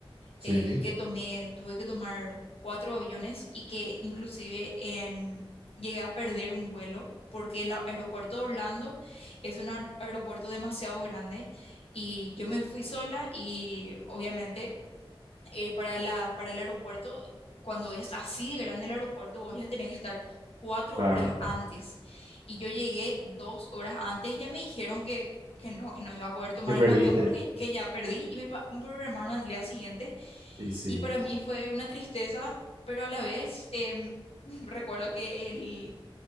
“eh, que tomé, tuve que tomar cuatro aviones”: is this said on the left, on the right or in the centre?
Left